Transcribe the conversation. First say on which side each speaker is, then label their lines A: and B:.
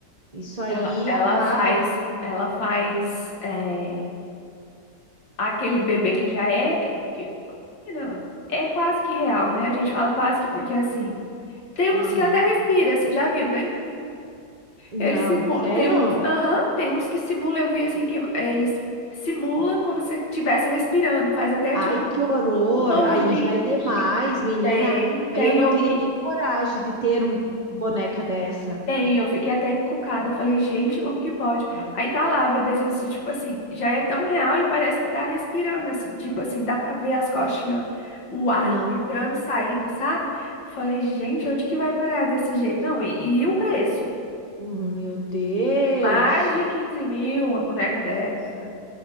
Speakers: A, on the right; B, on the left.
A: Isso aí
B: Ela, ela
A: acaba.
B: faz, ela faz é, aquele bebê que já é, que, não, é quase que real, né? A gente fala quase que porque assim, tem uns
A: Aham.
B: que até respira, você já viu, né?
A: Não,
B: Eles simulam,
A: sério?
B: tem uns, aham, tem uns que simulam eu vi assim que eles simulam como se estivesse respirando, faz até
A: Ai,
B: tipo
A: que horror!
B: o pulmãozinho.
A: Aí já é demais, menina.
B: Tem, tem,
A: Aí eu não
B: eu
A: teria
B: vi.
A: nem coragem de ter um- uma boneca dessa.
B: Tem, eu fiquei até encucada. Eu falei, gente, como que pode?
A: Ai,
B: Aí tá lá, a bebezinha assim, tipo assim, já é tão real e parece que tá respirando, assim, tipo assim, dá pra ver as costinhas, o ar
A: não,
B: entrando e saindo, sabe? Falei, gente, onde que vai parar desse jeito? Não, e, e o preço?
A: Uhum, meu Deus.
B: Mais de 15 mil uma boneca dessa.